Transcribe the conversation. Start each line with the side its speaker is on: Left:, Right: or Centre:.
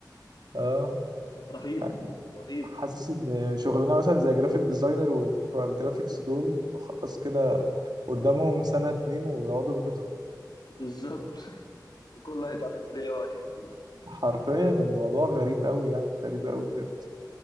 Left: آه،
Right: اه
Left: آه، رهيب
Right: يعني
Left: رهيب
Right: حاسس
Left: رهيب
Right: ان شغلنا مثلا زي جرافيك ديزاينر وبتوع الجرافيكس دول خلاص كده قدامهم سنة اتنين ويقعدوا في بيتهم
Left: بالظبط <laughs> كله هيتعمل بال AI
Right: فحرفيا <laughs> الموضوع غريب قوي يعني غريب قوي بجد.